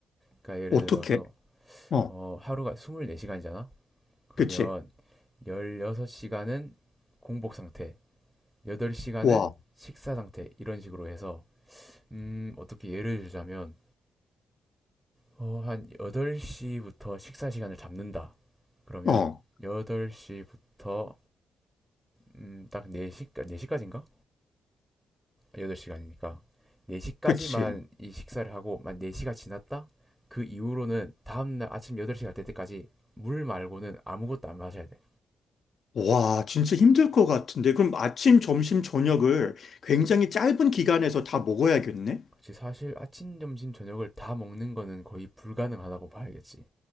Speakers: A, in the centre; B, on the left (about 60°).
A: 그러니까 예를
B: 어떻게?
A: 들어서
B: 어,
A: 어, 하루가 24시간이잖아. 그러면
B: 그치.
A: 16시간은 공복 상태, 8시간은
B: 와,
A: 식사 상태 이런 식으로 해서 음, 어떻게 예를 들자면, 어, 한 8시부터 식사 시간을 잡는다. 그러면
B: 어,
A: 8시부터 음, 딱 4시까, 시까지인가 8시간이니까. 4시까지만
B: 그치.
A: 이 식사를 하고, 만 4시가 지났다? 그 이후로는 다음날 아침 8시 갈 때까지 물 말고는 아무것도 안 마셔야 돼.
B: 와, 진짜 힘들 것 같은데. 그럼 아침, 점심, 저녁을 굉장히 짧은 기간에서 다 먹어야겠네?
A: 그치, 사실 아침, 점심, 저녁을 다 먹는 거는 거의 불가능하다고 봐야겠지.